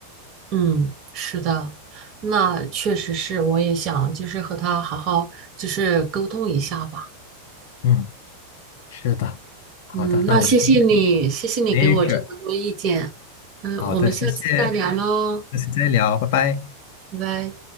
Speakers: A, on the right; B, on the left.
A: 嗯，是的，那确实是，我也想就是和他好好就是沟通一下吧。
B: 嗯，是的，好的，
A: 嗯，那谢谢你，
B: 那我们今天
A: 谢谢你给我这么多意见。
B: 没事，
A: 嗯，
B: 好的，
A: 我们下次再聊喽，
B: 谢谢，下次再聊，拜拜。
A: 拜拜。